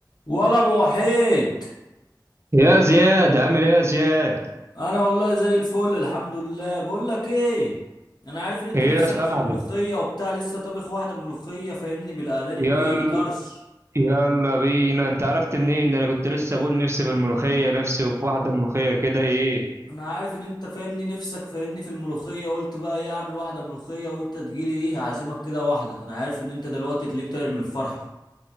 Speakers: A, on the left (about 65°); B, on the right (about 35°).
A: ولا ابو وحيد
B: يا زياد عامل ايه يا زياد
A: انا والله زي الفل الحمد لله بقول لك ايه انا عارف ان انت
B: ايه
A: نفسك
B: يا صاحبي
A: في الملوخيه وبتاع لسه طابخ واحده ملوخيه فاهمني بالارانب
B: يلا
A: ايه طرش
B: يلا بينا انت عرفت منين ده انا كنت لسه بقول نفسي في الملوخيه نفسي في واحده ملوخيه كده ايه
A: انا عارف ان انت فاهمني نفسك فاهمني في الملوخيه قلت بقى ايه اعمل واحده ملوخيه وانت تجيلي ايه هعزمك كده واحده انا عارف ان انت دلوقتي تليك طاير من الفرحه